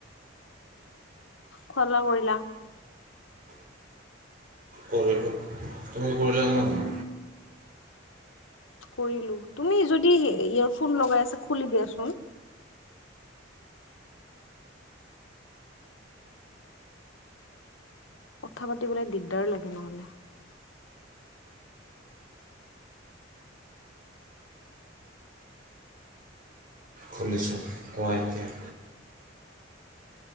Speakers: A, on the left; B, on the right.
A: খুৱা লোৱা কৰিলা।
B: কৰিলো তুমি কৰিলা ন।
A: কৰিলো, তুমি যদি ইয়েৰফোন লগাই আছা খুলি দিয়াচোন। কথা পাতিবলৈ দিগদাৰ লাগে নহ'লে।
B: খুলিছোঁ কোৱা এতিয়া।